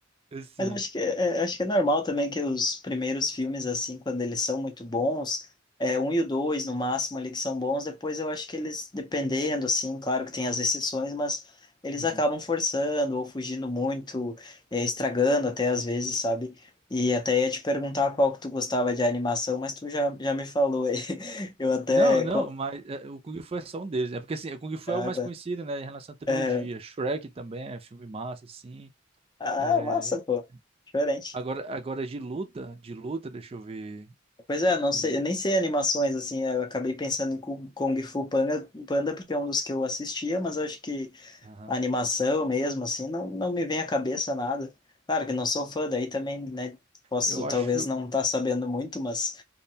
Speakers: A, on the right; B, on the left.
A: Assim.
B: Mas acho que é, é, acho que é normal também que os primeiros filmes, assim, quando eles são muito bons, é um e o dois, no máximo, ali que são bons, depois eu acho que eles, dependendo, assim, claro que tem as exceções, mas eles
A: uhum.
B: acabam forçando ou fugindo muito, é, estragando até às vezes, sabe? E até ia te perguntar qual que tu gostava de animação, mas tu já, já me falou aí. <laughs> Eu até.
A: Não, não,
B: co-
A: mas é, o Kung Fu é só um deles. É porque assim, o Kung Fu
B: Ah,
A: é o mais
B: tá.
A: conhecido, né, em relação à trilogia.
B: Aham.
A: Shrek também é filme massa, assim.
B: Ah,
A: É,
B: massa, pô. Diferente.
A: Agora, agora de luta, de luta, deixa eu ver.
B: Pois é, não
A: Que-
B: sei, eu nem sei animações, assim, eu acabei pensando em Ku- Kung Fu Panda, Panda porque é um dos que eu assistia, mas acho que
A: aham.
B: a animação mesmo, assim, não, não me vem à cabeça nada. Claro que não sou fã, daí também, né, posso
A: Eu acho,
B: talvez não estar sabendo muito, mas